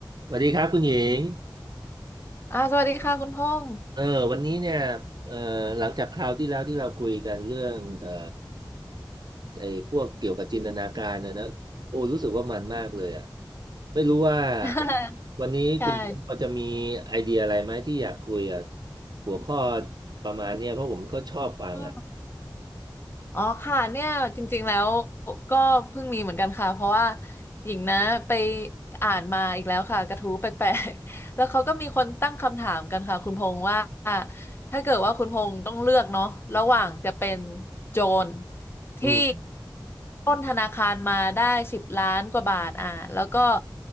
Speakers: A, on the right; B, on the left.
A: สวัสดีครับคุณหญิง
B: อาวสวัสดีค่ะคุณพงษ์
A: เออวันนี้เนี่ยเออหลังจากคราวที่แล้วที่เราคุยกันเรื่องเออไอ้พวกเกี่ยวกับจินตนาการนะนะโอ้รู้สึกว่ามันมากเลยอ่ะไม่รู้ว่า
B: <laughs>
A: วันนี้คุณหญิงพอจะมีไอเดียอะไรไหมที่อยากคุยอ่ะ
B: ใช่
A: หัวข้อประมาณเนี้ยเพราะผมก็ชอบฟังอ่ะ
B: อ๋อ อ๋อค่ะเนี่ยจริงๆแล้วก็เพิ่งมีเหมือนกันค่ะเพราะว่าหญิงนะไปอ่านมาอีกแล้วค่ะกระทู้แปลกๆ <laughs> แล้วเขาก็มีคนตั้งคำถามกันค่ะคุณพงษ์ว่าถ้าเกิดว่าคุณพงษ์ต้องเลือกเนาะระหว่างจะเป็นโจรที่
A: อืม
B: ปล้นธนาคารมาได้สิบล้านกว่าบาทอ่าแล้วก็